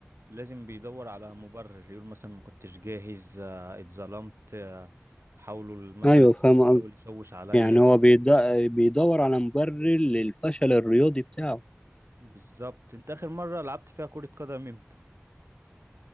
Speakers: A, on the right (about 85°); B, on the left (about 25°).
A: لازم بيدور على مبرر يقول مثلا ما كنتش جاهز آه، اتظلمت آه، حاولوا ال- مثلا
B: ايوه
A: الخصم
B: فاهم قصدي.
A: يحاول يشوش عليا
B: يعني هو بيد- بيدور على مبرر للفشل الرياضي بتاعه
A: بالظبط انت اخر مرة لعبت فيها كرة قدم امتى